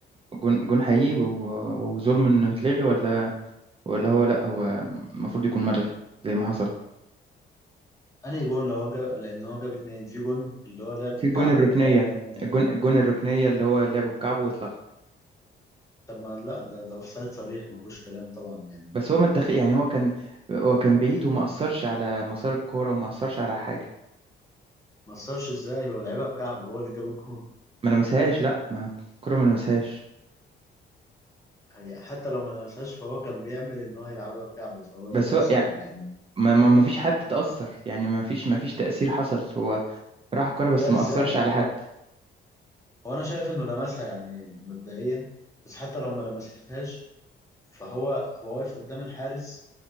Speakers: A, on the right (about 30°); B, on the left (about 15°).
A: جون جون حقيقي و- وظلم انه يتلغي ولا ولا هو لا هو المفروض يكون ملغي زي ما حصل
B: انهي جون لو هو جاب لان هو جاب اتنين في جون اللي هو لعبه
A: في الجون
B: بكعبه
A: الركنية
B: ده ده هو-
A: الجون الجون الركنية اللي هو لعبه بكعبه واتلغى
B: طب ما لا ده ده اوفسايد صريح ما فيهوش كلام طبعا يعني
A: بس هو ما اتدخل يعني هو كان هو كان بعيد وما أثرش على مسار الكورة وما أثرش على حاجة
B: ما اثرش ازاي هو لعبها بكعبه هو اللي جاب الجون
A: ما لمسهاش لا ما الكورة ما لمسهاش
B: هي حتى لو ما لمسهاش فهو كان بيعمل ان هو يلعبها بكعبه فهو ده
A: بس
B: تأثير
A: هو
B: يعني
A: ما ما ما فيش حد تأثر يعني ما فيش ما فيش تأثير حصل هو راح الكرة بس
B: لا
A: ما
B: ازاي
A: أثرش
B: هو
A: على حد
B: هو انا شايف انه لمسها يعني مبدئيا بس حتى لو ما لمسهاش فهو هو واقف قدام الحارس